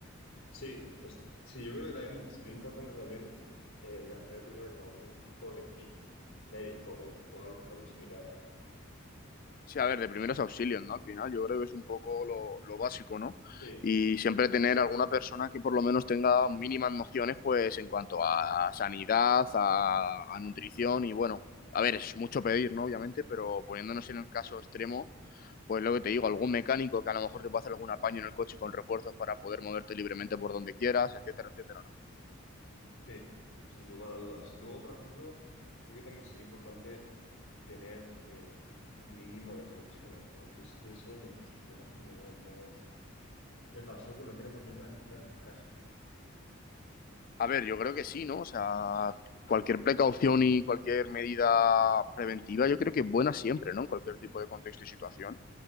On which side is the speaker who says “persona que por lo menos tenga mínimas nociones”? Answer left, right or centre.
Left